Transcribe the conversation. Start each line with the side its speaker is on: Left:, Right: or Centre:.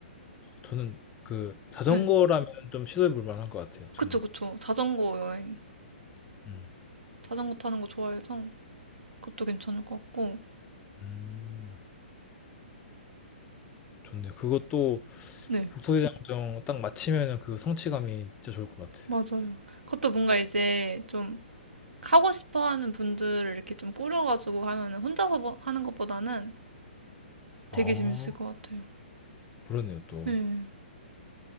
Left: 저는 그 자전거라면
Right: 네.
Left: 좀 시도해 볼 만한 것 같아요. 저는.
Right: 그쵸, 그쵸. 자전거 여행.
Left: 음.
Right: 자전거 타는 거 좋아해서 그것도 괜찮을 것 같고.
Left: 음. 좋네요. 그것도
Right: 네.
Left: 북소대장정 딱 마치면은 그 성취감이 진짜 좋을 것 같아요.
Right: 맞아요. 그것도 뭔가 이제 좀 하고 싶어 하는 분들을 이렇게 좀 꾸려가지고 하면은 혼자서 뭐- 하는 것보다는 되게
Left: 아,
Right: 재밌을 것 같아요.
Left: 그러네요, 또.
Right: 네.